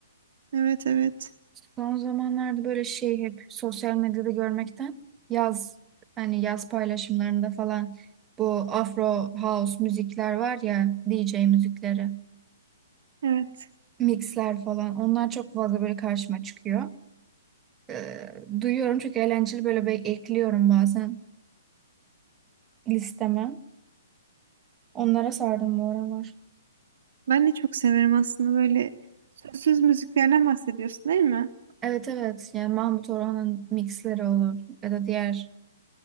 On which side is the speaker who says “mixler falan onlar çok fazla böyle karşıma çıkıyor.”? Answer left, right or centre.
Right